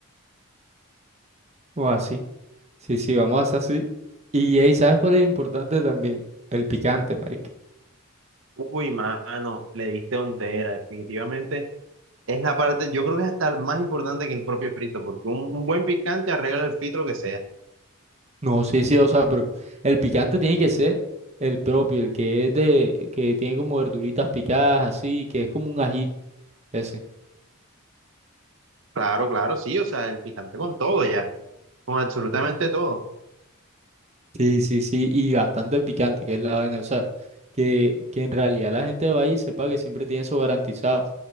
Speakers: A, on the right; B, on the right.
A: O así. Sí, sí, vamos a hacer así. Y ahí, ¿sabes cuál es importante también? El picante, marica.
B: Uy, mano, le diste donde era. Definitivamente es la parte, yo creo que es hasta más importante que el propio frito, porque un, un buen picante arregla el frito lo que sea.
A: No, sí, sí, o sea, pero el picante tiene que ser el propio, el que es de, que tiene como verduritas picadas, así, que es como un ají, ese.
B: Claro, claro, sí, o sea, el picante con todo ya, con absolutamente todo.
A: Sí, sí, sí, y bastante picante, que es la vaina, o sea, que, que en realidad la gente va ahí y sepa que siempre tiene eso garantizado,